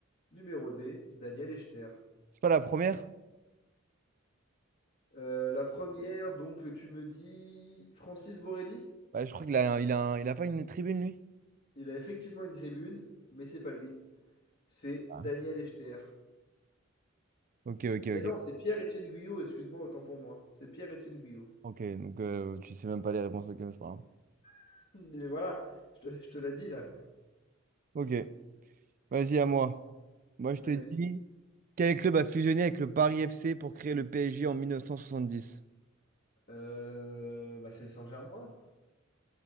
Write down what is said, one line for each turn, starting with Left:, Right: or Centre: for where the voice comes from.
Left: Numéro D, Daniel Echter.
Right: C'est pas la première?
Left: Euh, la première, donc tu me dis Francis Borelli?
Right: Ouais, je crois qu'il a, il a, un- il a pas une tribune, lui.
Left: Il a effectivement une tribune, mais c'est pas lui. C'est
Right: Ah.
Left: Daniel Echter.
Right: Ok, ok, ok.
Left: Eh non, c'est Pierre-Étienne Guyot, excuse-moi, autant pour moi. C'est Pierre-Étienne Guyot.
Right: Ok, donc euh, tu sais même pas les réponses, ok, mais c'est pas grave.
Left: <laughs> Mais voilà, je te, je te l'ai dit là.
Right: Ok, vas-y, à moi. Moi, je
Left: Vas-y.
Right: te dis, quel club a fusionné avec le Paris FC pour créer le PSG en 1970?
Left: Euh, bah c'est Saint-Germain,